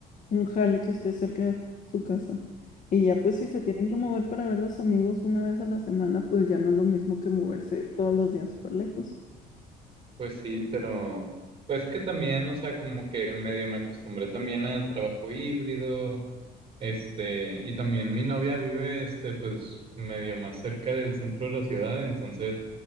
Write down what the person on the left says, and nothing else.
Un jale que esté cerca de su casa. Y ya pues si se tienen que mover para ver a los amigos una vez a la semana, pues ya no es lo mismo que moverse todos los días súper lejos.